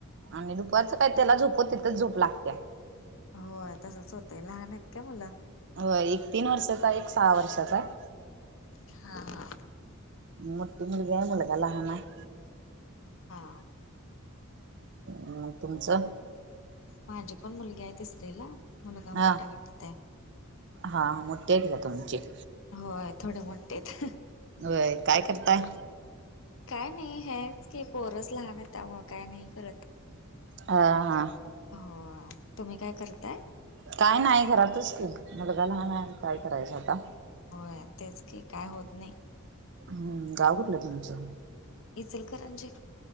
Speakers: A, on the right; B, on the left.
A: आणि दुपारचं काय त्याला झोपत तिथंच झोप लागत्या.
B: होय तसंच होतय. लहान आहेत का मुलं?
A: हो एक तीन वर्षाचा, एक सहा वर्षाचा आहे.
B: हा!
A: मोठ्ठी मुलगी आहे, मुलगा लहान आहे.
B: हा!
A: अ तुमचं?
B: माझी पण मुलगी आहे तिसरी ला मुलगा मोठ्या
A: हा
B: गटात आहे.
A: हा मोठे आहे की तुमचे!
B: हो आहे थोडे मोठेत.
A: व्हय काय करताय?
B: काय नाही हेच की पोरच लहान हेत, त्यामुळं काय नाही करत.
A: हा हा!
B: हो तुम्ही काय करताय?
A: काय नाही घरातच की मुलगा लहान आहे न काय करायचं आता!
B: हा तेच की काय होत नाही.
A: हू गाव कुठलं तुमचं?
B: इचंलकरंजी!